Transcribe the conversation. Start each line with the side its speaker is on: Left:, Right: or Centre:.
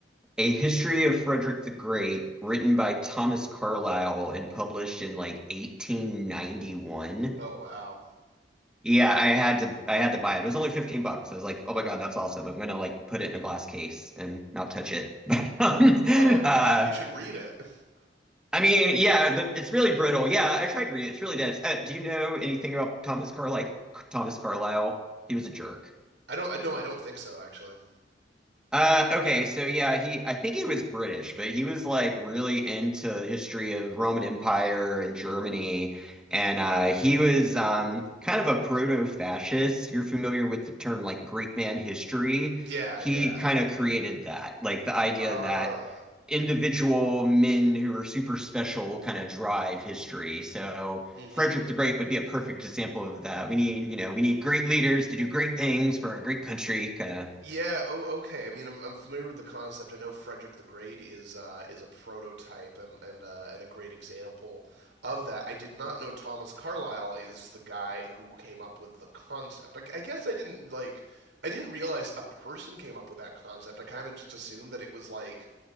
Centre: A History of Frederick the Great, written by Thomas Carlyle and published in like 1891.
Right: Oh wow.
Centre: Yeah, I had to I had to buy it. It was only 15 bucks. I was like, "Oh
Right: Oh
Centre: my God, that's awesome. I'm gonna like put it in a glass case and not touch it." <laughs> But um,
Right: oh, you
Centre: uh
Right: should you should read it. <laughs>
Centre: I mean, yeah, the, it's really brittle. Yeah, I tried to read it. It's really dense. Uh, do you know anything about Thomas Carlyle? Thomas Carlyle? He was a jerk.
Right: I don't. I no, I don't think so. Actually.
Centre: Uh, okay, so yeah, he I think he was British, but he was like really into the history of Roman Empire and Germany, and uh, he was um, kind of a proto-fascist. You're familiar with the term like great man history.
Right: Yeah.
Centre: He
Right: Yeah.
Centre: kind of created that, like the idea
Right: Ah.
Centre: that individual men who are super special will kind of drive history. So
Right: mm
Centre: Frederick
Right: hmm
Centre: the Great would be a perfect example of that. We need, you know, we need great leaders to do great things for our great country, kind of
Right: Yeah. Oh. Okay. I mean, I'm, I'm familiar with the concept. I know Frederick the Great is uh, is a prototype and and uh, and a great example of that. I did not know Thomas Carlyle is the guy who came up with the concept. I, I guess I didn't like. I didn't realize a person came up with that concept. I kind of just assumed that it was like